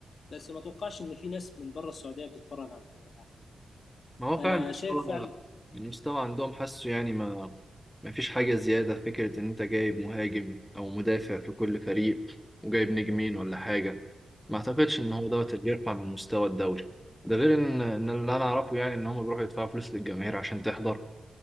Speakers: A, on the left; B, in the centre.
A: بس ما توقعش ان في ناس من بره السعوديه بتتفرج على الكوره يعني
B: ما هو
A: فانا
B: فعلا
A: شايف
B: هو
A: فعلا
B: المستوى عندهم حاسه يعني ما ما فيش حاجة زيادة فكرة ان انت جايب مهاجم او مدافع في كل فريق وجايب نجمين ولا حاجة ما اعتقدش ان هو دوت اللي يرفع من مستوى الدوري ده غير ان ان اللي انا اعرفه يعني ان هم بيروحوا يدفعوا فلوس للجماهير عشان تحضر